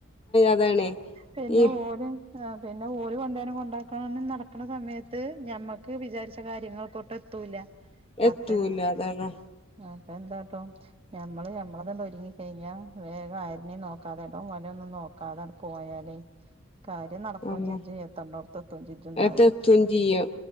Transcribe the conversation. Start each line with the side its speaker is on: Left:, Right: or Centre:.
Left: അതാണേ
Right: പിന്നെ
Left: ഈ
Right: ഒന് ആ പിന്നെ ഓര് കൊണ്ടാനം കൊണ്ടാക്കണം നടക്കണ സമയത്ത് ത്ത് ഞമ്മക്ക് വിചാരിച്ച കാര്യങ്ങൾക്കൊട്ട് എത്തൂല്ല.
Left: എത്തൂല
Right: അപ്പ
Left: അതാണ്
Right: അപ്പ എന്താട്ടോ ഞമ്മള് ഞമ്മളത്ണ്ടോ ഒരുങ്ങി കഴിഞ്ഞ വേഗം ആരനേ നോക്കാതെ എടോം വലോം ഒന്നും നോക്കാതെ പോയാലേ കാര്യം നടക്കോം
Left: ആഹ്
Right: ചിജുംത്തണ്ടടത്ത് എത്ത ചിജുംന്ന്റയും
Left: തെത്തും ചെയ്യും